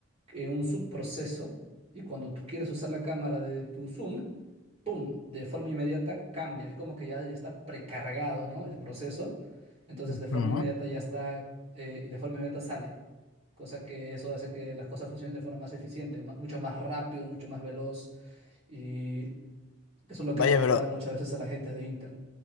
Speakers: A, on the right (about 30°); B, on the left (about 80°).
A: en un subproceso y cuando tú quieres usar la cámara de tu Zoom, ¡pum!, de forma inmediata cambia. Es como que ya, ya está precargado, ¿no? El proceso. Entonces,
B: ujú.
A: de forma inmediata ya está eh, y de forma inmediata sale cosa que eso hace que las cosas funcionen de forma más eficiente, ma- mucho más rápido, mucho más veloz y eso es lo
B: Vaya,
A: que le gusta
B: pero
A: muchas veces a la gente de Intel,